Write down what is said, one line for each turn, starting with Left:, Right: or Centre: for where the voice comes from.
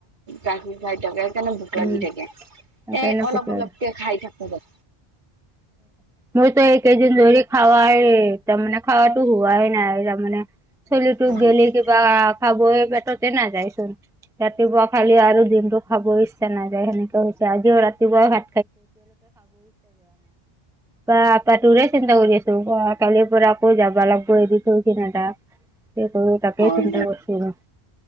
Right: গাখীৰ খাই থাকে সেইকাৰণে ভোক
Centre: উম,
Right: লাগি থাকে
Centre: সেইকাৰণে
Right: এই অলপ
Centre: কুকুৰ
Right: অলপকে খাই থাকো ব
Centre: মোৰ তো একেইদিন ধৰি খোৱা আৰু তাৰ মানে খোৱাটো হোৱাই নাই তাৰ মানে চলটুক
Right: অ
Centre: গলেি কিবা খাব পেটতে না যাইচোন ৰাতিপুৱা খালি আৰু দিনটো খাব ইচ্ছা নাই যখেক হৈছে আজিও ৰাতিপুৱা প আপা টৰেছ এ ত গল কালিৰ পৰা আকৌ যাবা লাগিব এৰি থো সিন এটা সেই কৰ তাকে
Right: হয়
Centre: চিন্তা কৰিছো